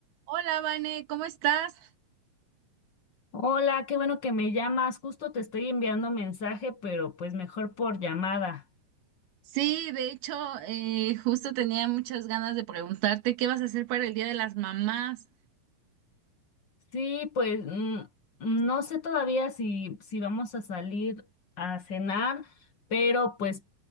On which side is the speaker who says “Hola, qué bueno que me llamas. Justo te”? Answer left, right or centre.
Left